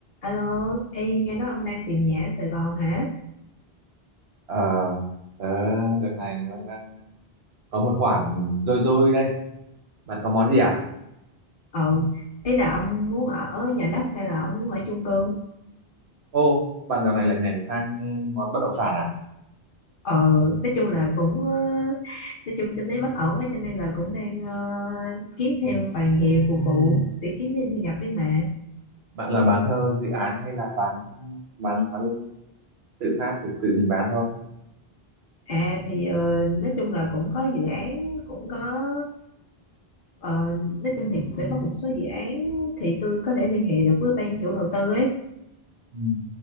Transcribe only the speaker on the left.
Alo, ê, nghe nói ông đang tìm nhà ở Sài Gòn hả?
Ừ, ý là ông muốn ở nhà đất hay là ông muốn ở chung cư?
Ừ, nói chung là cũng, ờ, nói chung kinh tế bất ổn quá cho nên là cũng đang ờ, kiếm thêm vài nghề phục vụ để kiếm thêm thu nhập với mẹ.
À thì ờ, nói chung là cũng có dự án, cũng có, ờ, nói chung thì sẽ có một số dự án thì tôi có thể liên hệ được với ban chủ đầu tư ấy.